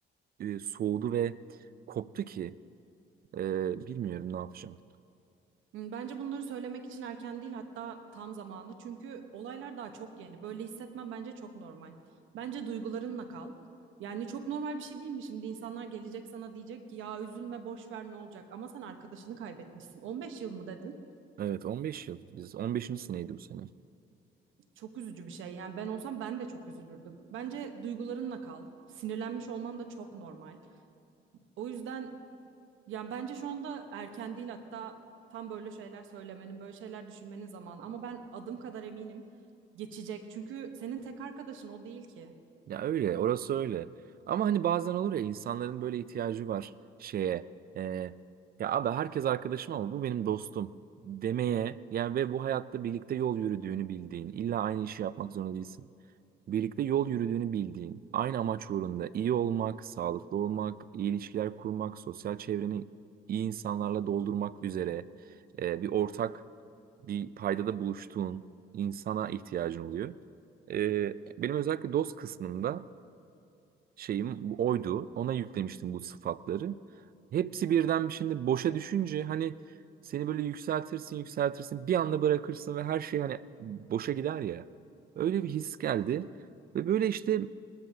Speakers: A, on the right; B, on the right.
A: e, soğudu ve koptu ki e, bilmiyorum ne yapacağım.
B: Hmm, Bence bunları söylemek için erken değil hatta tam zamanı. Çünkü olaylar daha çok yeni. Böyle hissetmen bence çok normal. Bence duygularınla kal. Yani çok normal bir şey değil mi? Şimdi insanlar gelecek sana diyecek ki ya üzülme boş ver ne olacak? Ama sen arkadaşını kaybetmişsin. 15 yıl mı dedin?
A: Evet 15 yıl. Biz 15. seneydi bu sene.
B: Çok üzücü bir şey. Yani ben olsam ben de çok üzülürdüm. Bence duygularınla kal. Sinirlenmiş olman da çok normal. O yüzden Yani bence şu anda erken değil hatta tam böyle şeyler söylemenin, böyle şeyler düşünmenin zamanı. Ama ben adım kadar eminim geçecek. Çünkü senin tek arkadaşın o değil ki.
A: Ya öyle, orası öyle. Ama hani bazen olur ya insanların böyle ihtiyacı var şeye. e, ya abi herkes arkadaşım ama bu benim dostum demeye. Yani ve bu hayatta birlikte yol yürüdüğünü bildiğin, illa aynı işi yapmak zorunda değilsin. Birlikte yol yürüdüğünü bildiğin, aynı amaç uğrunda iyi olmak, sağlıklı olmak, iyi ilişkiler kurmak, sosyal çevreni iyi insanlarla doldurmak üzere e, bir ortak bir paydada buluştuğun insana ihtiyacın oluyor. Ee, benim özellikle DOS kısmında şeyim bu oydu. Ona yüklemiştim bu sıfatları. Hepsi birden bir şimdi boşa düşünce hani seni böyle yükseltirsin yükseltirsin bir anda bırakırsın ve her şey hani boşa gider ya. Öyle bir his geldi. Ve böyle işte